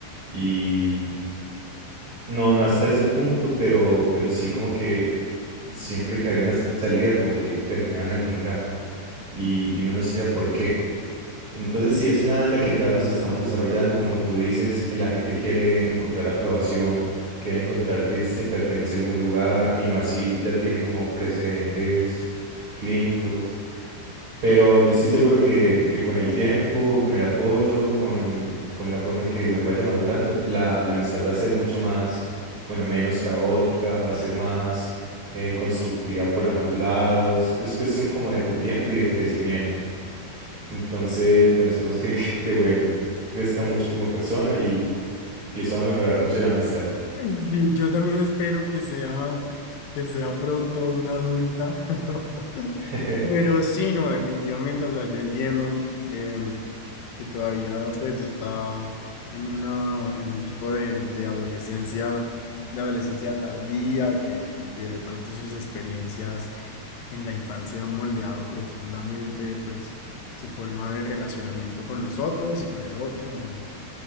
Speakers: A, on the right; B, on the left.
A: Y no, no hasta ese punto, pero, pero sí como que siempre que había una salida, como que terminaban algún drama y, y uno no sabía por qué. Entonces, si es una en la que todavía nos estamos desarrollando, como tú dices, eh, la gente quiere encontrar aprobación, quiere encontrar que se pertenece a algún lugar y más si ya tiene como precedentes clínicos. Pero yo estoy seguro que, que con el tiempo, con el apoyo, con, con la forma en que Gwen vaya madurando, la, la amistad va a ser mucho más, bueno, menos caótica, va a ser más eh, constructiva por ambos lados. Es cuestión como de de tiempo y de crecimiento. Entonces, bueno, esperemos que, que, que Gwen crezca mucho como persona y, y eso va a mejorar mucho la amistad.
B: Sí, yo también espero que sea, que sea pronto una adulta. <laughs>
A: <laughs>
B: Pero sí, no, definitivamente, o sea, yo entiendo. em, que todavía pues está en una, en un tipo de, de adolescencia, de adolescencia tardía, que, que de pronto sus experiencias en la infancia han moldeado profundamente pues su forma de relacionamiento con los otros y con el otro. en-